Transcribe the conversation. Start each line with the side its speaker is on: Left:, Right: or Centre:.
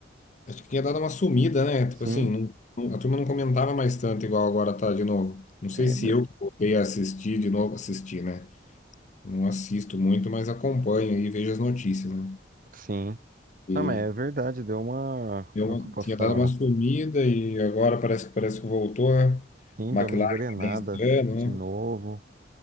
Left: Acho que tinha dado uma sumida, né? Tipo
Right: Sim,
Left: assim, não- não- a turma não comentava mais tanto igual agora tá de novo. Não sei
Right: é,
Left: se
Right: de-
Left: eu que voltei a assistir de novo, assistir, né? Não assisto muito, mas acompanho e vejo as notícias, né?
Right: sim.
Left: E
Right: Não, mas é verdade, deu uma.
Left: Deu
Right: Como
Left: uma-
Right: que eu posso
Left: tinha
Right: falar?
Left: dado uma sumida e agora parece que parece que voltou, né?
Right: Sim,
Left: McLaren
Right: deu uma engrenada
Left: também esse ano,
Right: de novo.
Left: né?